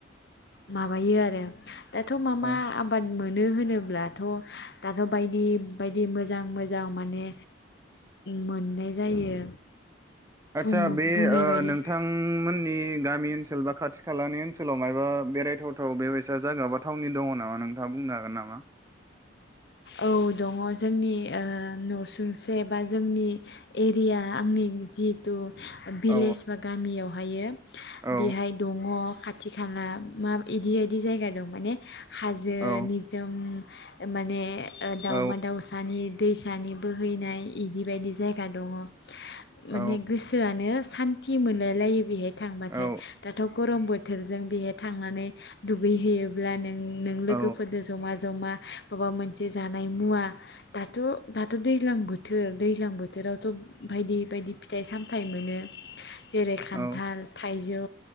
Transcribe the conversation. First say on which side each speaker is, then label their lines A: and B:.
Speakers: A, on the left; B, on the right.
A: माबायो आरो दाथ' मा
B: औ
A: मा आबाद मोनो होनोब्ला थ' दाथ' बायदि बायदि मोजां मोजां माने मोननाय जायो।
B: आचसा
A: बुं
B: बे
A: बुंनाय बायदि
B: नोंथांमोननि गामि ओनसोल बा खाथि खालानि ओनसोलाव मबा बेरायथावथाव बेबायसा जागा बा थावनि दङ नामा नोंथाङा बुंनो हागोन नामा?
A: औ दङ जोंनि ओ न'सुंसे बा जोंनि एरिया आंनि जिथु भिलेज
B: औ
A: बा गामियावहायो
B: औ
A: बेहाय दङ खाथि खाला मा बिदि बायदि जायगा दं माने हाजो
B: औ
A: निजोम माने ओ दाउमा
B: औ
A: दाउसानि दैसानि बोहैनाय इदि बायदि जायगा दङ। माने
B: औ
A: गोसोआनो सो सान्थि मोनाय लायो बेहाय। थांबाथाय
B: औ
A: दाथ' गर'मबो बोथोरजों बेहाय थांनानै दुगैहैयोब्ला नों नों लोगोफोरजों
B: औ
A: ज'मा जमा जे जानाय मुवा दाथ' दाथ' दैज्लां बोथोर दैज्लां बोथोरावथ' बायदि बायदि फिथाइ-सामथाइ मोनो। जेरै खान्थाल
B: औ
A: थाइज जौ